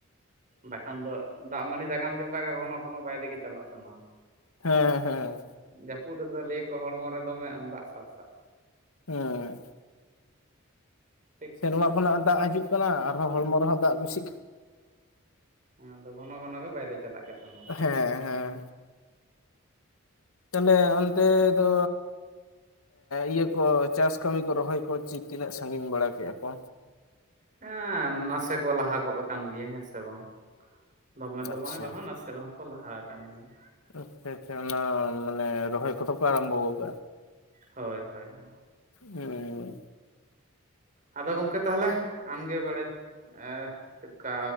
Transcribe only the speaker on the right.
ᱵᱟᱠᱷᱟᱱ ᱫᱚ ᱫᱟᱜ ᱢᱟᱹᱰᱤ ᱫᱟᱠᱟᱢ ᱡᱚᱢ ᱠᱟᱜ ᱜᱮ ᱜᱷᱚᱱᱚ ᱜᱷᱚᱱᱚ ᱵᱟᱭᱨᱮ ᱜᱮ ᱪᱟᱞᱟᱜ ᱥᱟᱱᱟᱼᱟ
ᱡᱟᱹᱯᱩᱫ ᱨᱮᱫᱚ ᱞᱟᱹᱭ ᱟᱠᱚ ᱦᱚᱲᱢᱚ ᱨᱮ ᱫᱚᱢᱮ ᱫᱟᱜ ᱥᱟᱨᱥᱟᱜᱼᱟ
ᱴᱷᱤᱠ
ᱥᱮ
ᱦᱮᱸ ᱟᱫᱚ ᱜᱷᱚᱱᱚ ᱜᱷᱚᱱᱚ ᱜᱮ ᱵᱟᱭᱨᱮ ᱪᱟᱞᱟᱜ ᱠᱟᱱ ᱛᱟᱦᱮ
ᱦᱮᱸ ᱱᱟᱥᱮ ᱠᱚ ᱞᱟᱦᱟ ᱜᱚᱫ ᱠᱟᱱ ᱜᱮᱭᱟ ᱦᱮᱸ ᱥᱮ ᱵᱟᱝ ᱫᱚᱢᱮ ᱫᱚ
ᱵᱟᱝ ᱨᱮᱦᱚᱸ ᱱᱟᱥᱮ ᱨᱮᱦᱚᱸ ᱠᱚ ᱞᱟᱦᱟ ᱠᱟᱱ ᱜᱮᱭᱟ᱾
ᱦᱳᱭ ᱦᱳᱭ ᱦᱳᱭ
ᱟᱫᱚ ᱜᱚᱝᱠᱮ ᱛᱟᱦᱚᱞᱮ ᱟᱢᱜᱮ ᱵᱟᱲᱮ ᱮᱸ ᱪᱮᱫᱠᱟ